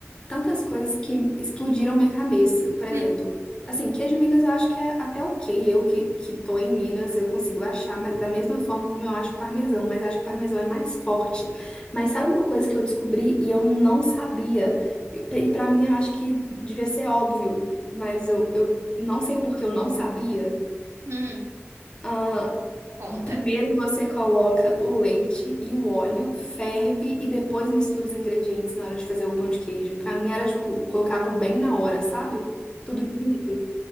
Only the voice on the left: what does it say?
tantas coisas que explodiram minha cabeça. Por exemplo,
assim, queijo Minas eu acho que é até ok. Eu que, que tô em Minas, eu consigo achar, mas da mesma forma como eu acho parmesão, mas acho que parmesão é mais forte. Mas sabe uma coisa que eu descobri e eu não sabia? E pra mim eu acho que devia ser óbvio, mas eu, eu não sei porque eu não sabia.
Ah,
Primeiro você coloca o leite e o óleo, ferve e depois mistura os ingredientes na hora de fazer o pão de queijo. Pra mim era tipo, colocava bem na hora, sabe? Tudo junto.